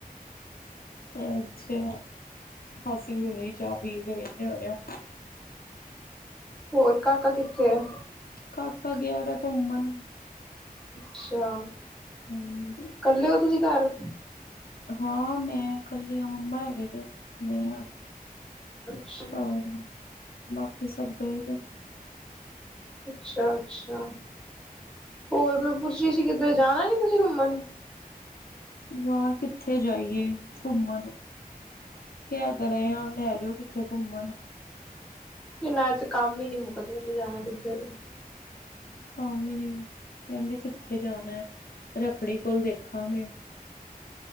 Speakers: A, on the left; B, in the centre.
A: ਅੱਛਾ ਅਸੀ ਵੀ ਹੁਣੇ ਈ ਚਾਹ ਪੀ ਕੇ ਵਿਹਲੇ ਹੋਏ ਆਂ।
B: ਹੋਰ ਕਾਕਾ ਕਿੱਥੇ ਐ।
A: ਕਾਕਾ ਗਿਆ ਦਾ ਘੁੰਮਣ।
B: ਅੱਛਾ
A: ਹੂੰ,
B: ਕੱਲੇ ਓ ਤੁਸੀਂ ਘਰ।
A: ਹਾਂ ਮੈਂ ਕਲੀ ਆ ਮੰਮਾ ਹੈਗੇ ਨੇ ਮੇਰੇ ਨਾਲ।
B: ਅੱਛਾ
A: ਹੋਰ ਬਾਕੀ ਸਭ ਗਏ ਦੇ।
B: ਅੱਛਾ-ਅੱਛਾ ਹੋਰ ਮੈਂ ਪੁੱਛ ਰਹੀ ਸੀ ਕਿੱਧਰੇ ਜਾਣਾ ਨੀ ਤੁਸੀਂ ਘੁੰਮਣ।
A: ਯਾਰ ਕਿੱਥੇ ਜਾਈਏ ਘੁੰਮਣ ਕੈ ਤੇ ਰਏ ਆ ਲੈ ਜੋ ਕਿੱਥੇ ਕੁੰਮਣ।
B: ਇਹਨਾਂ ਚ ਕੰਮ ਈ ਨੀ ਮੁੱਕਦੇ ਲੇ ਜਾਣਾ ਕਿੱਧਰ ਏ
A: ਕੰਮ ਈ ਨੀ ਕੈਂਦੇ ਕਿੱਥੇ ਜਾਣਾ ਰੱਖੜੀ ਕੋਲ ਦੇਖਾਂਗੇ।